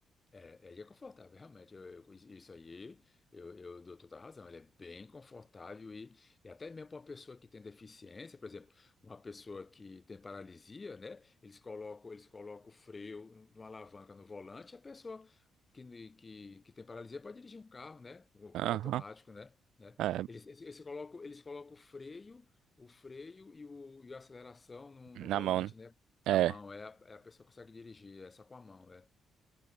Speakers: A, on the left; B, on the right.
A: É, ele é confortável, realmente. Eu- eu- isso aí, eu, eu dou toda a razão. Ele é bem confortável e, e até mesmo para uma pessoa que tem deficiência, por exemplo, uma pessoa que tem paralisia, né? Eles colocam, eles colocam o freio numa alavanca no volante, a pessoa que, que, que tem paralisia pode dirigir um carro, né? Com o
B: Aham.
A: câmbio automático, né? né?
B: É,
A: Eles, eles, eles colocam, eles colocam o freio, o freio e, o, e a aceleração no,
B: na
A: no volante,
B: mão, né?
A: né?
B: É,
A: Na mão, é a, é a pessoa que consegue dirigir, é só com a mão, é.